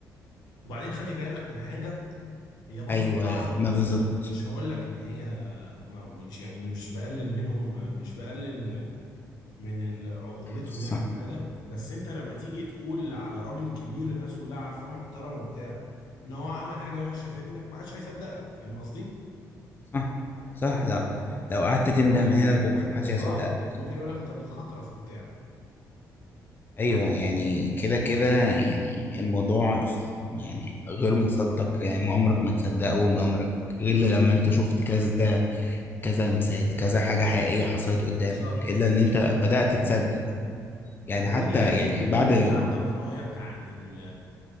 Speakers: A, on the left (about 90°); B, on the left (about 30°).
A: وبعدين خلي بالك من حاجة هي برضو
B: ايوه
A: صعب
B: ما
A: تتصدق
B: بالظبط
A: مش هقول لك ان هي ما مش يعني مش بقلل منهم مش بقلل من ال- عقوبتهم
B: صح
A: يعني او حاجة بس انت لما تيجي تقول على راجل كبير الناس كلها عارفاه محترم وبتاع ان هو عمل حاجة وحشة في ابنك ما حدش هيصدقك فاهم قصدي؟
B: صح صح لا لو قعدت تنده من هنا لبكرة محدش هيصدقك
A: اه ممكن يقول لك انت بتخطرف وبتاع
B: ايوه يعني كده كده يعني الموضوع يعني غير مصدق يعني ما عمرك ما تصدقه وما عمرك غير
A: اه
B: لما انت شفت كذا كذا مثال كذا حاجة حقيقية حصلت قدامك
A: بالظبط
B: إلا إن أنت بدأت تصدق يعني
A: طب قول
B: حتى
A: لي اوبينيون
B: يعني بعد
A: بتاعتك رأيك عن ال